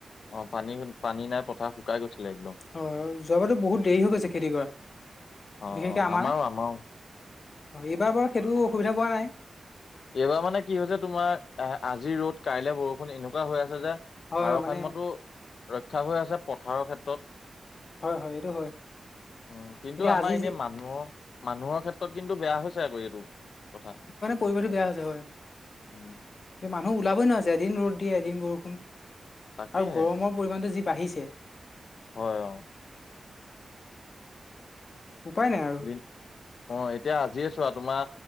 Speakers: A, on the left; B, on the left.
A: অ' পানী পানী নাই পথাৰ শুকাই গৈছিলে একদম।
B: অ যোৱাবাতো বহুত দেৰি হৈ গৈছে খেতি কৰা,
A: অ
B: বিশেষকে
A: অ
B: আমাৰ।
A: আমাৰো আমাৰো
B: হয়, এইবাৰ বাৰু সেইটো অসুবিধা পোৱা নাই।
A: এইবাৰ মানে কি হৈছে তোমাৰ, আহ আজি ৰ'দ কাইলে বৰষুণ এনেকুৱা হৈ আছে যে।
B: হয়
A: ভাৰসাম্যটো
B: হয় মানে
A: ৰক্ষা হৈ আছে পথাৰৰ ক্ষেত্ৰত।
B: হয় হয় এইটো হয়
A: উম, কিন্তু
B: এতিয়া
A: আমাৰ
B: আজি
A: এনে
B: যি
A: মানু মানুহৰ মানুহৰ ক্ষেত্ৰত কিন্তু বেয়া হৈছে আকৌ এইটো কথা।
B: পৰিবেশটো বেয়া হৈছে হয়,
A: উম
B: মানুহ ওলাবই নোৱাৰ হৈছে। এদিন ৰ'দ দিয়ে এদিন বৰষুণ।
A: তাকেহে
B: আৰু গৰমৰ পৰিমাণটো যি বাঢ়িছে।
A: হয় অ'।
B: উপায় নাই আৰু।
A: দিন অ', এতিয়া আজিয়ে চোৱা, তোমাৰ